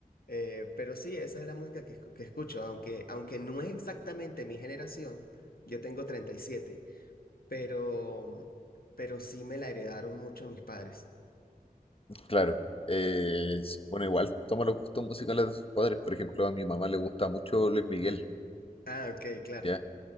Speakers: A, on the left; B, on the left.
A: eh, pero sí, esa es la música que, escu- que escucho, aunque, aunque no es exactamente mi generación, yo tengo treinta y siete pero, pero sí me la heredaron mucho mis padres.
B: claro. Eh, s- bueno, igual toma los gustos musicales de sus padres. Por ejemplo, a mi mamá le gusta mucho Luis Miguel,
A: Ah, ok, claro,
B: ¿ya?